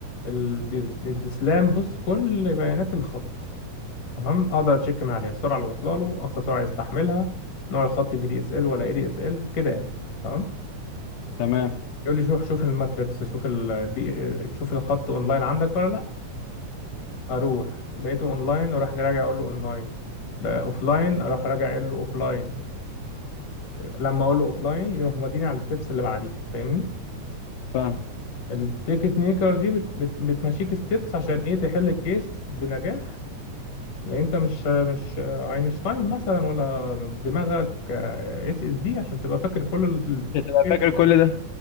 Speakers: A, on the left; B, on the left.
A: الديس- الدسلام بص كل بيانات الخط تمام أقدر أتشيك من عليها السرعة اللي واصلة له أقصى سرعة يستحملها نوع الخط في دي اس ال ولا اي دي اس ال كده يعني تمام
B: تمام
A: يقول لي شوف شوف الماتريكس شوف ال دي شوف الخط اونلاين عندك ولا لا اروح لقيته اونلاين اروح راجع اقول له اونلاين اوفلاين اروح راجع اقول له اوفلاين لما اقول له اوفلاين يروح موديني على الستبس اللي بعديها فاهمني
B: فاهم
A: التيكت ميكر دي بت بت بتمشيك ستيبس عشان ايه تحل الكيس بنجاح لان انت مش مش اينشتاين مثلا ولا دماغك اس اس دي عشان تبقى فاكر كل ال...
B: تبقى
A: ال-
B: فاكر كل ده